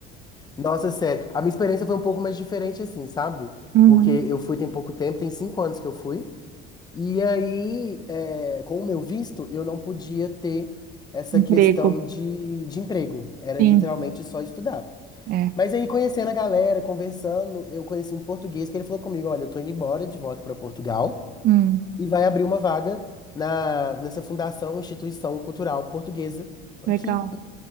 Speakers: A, on the left (about 20°); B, on the right (about 45°).
A: Nossa, sério, a minha experiência foi um pouco mais diferente assim, sabe?
B: Uhum.
A: Porque eu fui tem pouco tempo, tem cinco anos que eu fui. E aí, é, com o meu visto, eu não podia ter essa
B: Emprego.
A: questão de, de emprego. Era
B: Sim,
A: literalmente só estudar.
B: é.
A: Mas aí, conhecendo a galera, conversando, eu conheci um português que ele falou comigo, olha, eu tô indo embora de volta pra Portugal.
B: Hum,
A: e vai abrir uma vaga na, nessa fundação, instituição cultural portuguesa.
B: legal.
A: Que,